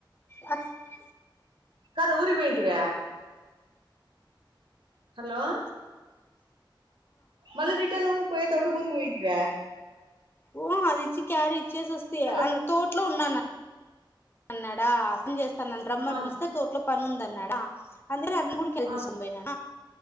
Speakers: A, on the left; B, on the right.
A: హలో
B: కాదు ఊరికి పోంటివ్య. హలో. మళ్ళ రిటనూ పోయతప్పుడు ఊరుకి పోయిటివ్య.
A: ఓ అది ఇచ్చి క్యారీ ఇచ్చేస స్తి
B: హలో
A: ఏ అన్ తోట్లో ఉన్నాన. అన్నాడా పని చేస్తానని రమ్మని
B: ఆ
A: పిలిస్తే తోట్లో పని ఉందన్నాడా. అందులో అన్ముడకెళ్లి
B: ఆ
A: తీసుకునిబొయినా.